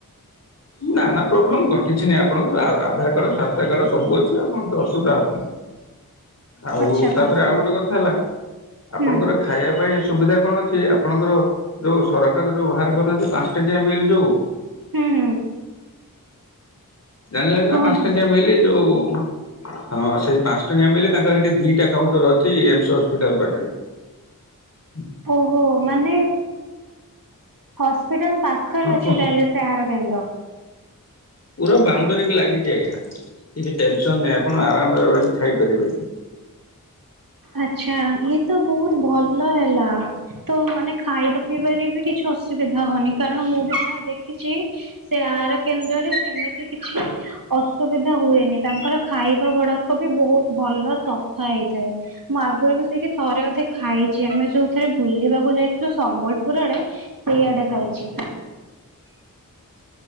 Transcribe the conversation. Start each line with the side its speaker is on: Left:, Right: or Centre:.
Left: ନା ନା ପ୍ରୋବ୍ଲେମ୍ କଣ କିଛି ନାହିଁ ଆପଣଙ୍କର ଆଧାର କାର୍ଡ ସ୍ୱାସ୍ଥ୍ୟ କାର୍ଡ ସବୁ ଅଛି ଆପଣଙ୍କ ଅସୁବିଧା ହବନି। ହ ଆଉ
Right: ଆଚ୍ଛା
Left: ତାପରେ
Right: ତାହେଲେ
Left: ଆଉ ଗୋଟେ କଥା ହେଲା ଆପଣଙ୍କର
Right: ହୁଁ
Left: ଖାଇବା ପାଇଁ ସୁବିଧା କଣ ଛି ଆପଣଙ୍କର ଯୋଉ ସରକାର ଯୋଉ ବାହାର କରନାହାନ୍ତି ପାଞ୍ଚ ଟାଙ୍କିଆ ମିଲ୍ ଯୋଉ
Right: ହୁଁ ହୁଁ।
Left: ଜାଣିଲେ ନା
Right: କୁହନ୍ତୁ।
Left: ପାଞ୍ଚ ଟଙ୍କିଆ ମିିଲି ଯୋଉ ହଁ ସେଇ ପାଞ୍ଚ ଟଙ୍କା ମିିଲି ତାଙ୍କର ସେଠି ଦିଟା କାଉଣ୍ଟର ଅଛି ଏମସ ହସ୍ପିଟାଲ ପାଖରେ ହୁଁ
Right: ଓହୋ ମାନେ ହସ୍ପିଟାଲ ପାଖରେ
Left: ହଁ
Right: ଅଛି
Left: କୁହ
Right: ତାହେଲେ ଆହାର କେନ୍ଦ୍ର
Left: ପୁରା ବାଉଣ୍ଡରୀ କି ଲାଗିଛି ଆଜ୍ଞା କିଛି ଟେନସନ ନାହିଁ ଆପଣ ଆରାମରେ ରହିକି ଖାଇପାରିବେ ଏଠି।
Right: ଆଛା ଇଏ ତ ବହୁତ ଭଲ ହେଲା। ତ ମାନେ ଖାଇବା ପିଇବାରେ ବି କିଛି ଅସୁବିଧା ହବନି କାରଣ ମୁଁ ବି ଯାହା ଦେଖିଛି ସେ ଆହାର କେନ୍ଦ୍ରରେ ସେମିତି କିଛି ଅ ସୁବିଧା ହୁଏନି ତାଙ୍କର ଖାଇବା ଗୁଡାକ ବି ବହୁତ ଭଲ ସଫା ହେଇଥାଏ। ମୁଁ ଆଗରୁ ବି ସେଇଠି ଥରେ ଅଧିକ ଖାଇଛି ଆମେ ଯୋଉଥରେ ବୁଲିବାକୁ ଯାଇଥିଲୁ ସମ୍ବଲପୁର ଆଡ଼େ ସେଇଆଡେ ଖାଇଛି।